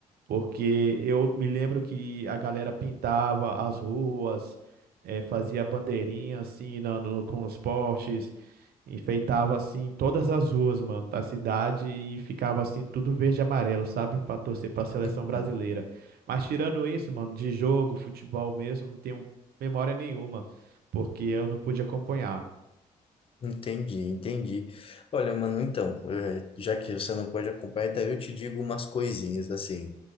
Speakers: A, on the right (about 60°); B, on the left (about 30°).
A: porque eu me lembro que a galera pintava as ruas, eh, fazia bandeirinha assim na- no- com os postes, enfeitava assim todas as ruas, mano, da cidade e ficava assim tudo verde e amarelo, sabe, para torcer para a seleção
B: <laughs>
A: brasileira. Mas tirando isso, mano, de jogo, futebol mesmo, não tenho memória nenhuma, porque eu não pude acompanhar.
B: Entendi, entendi. Olha, mano, então, eh, já que você não pode acompanhar, então eu te digo umas coisinhas, assim.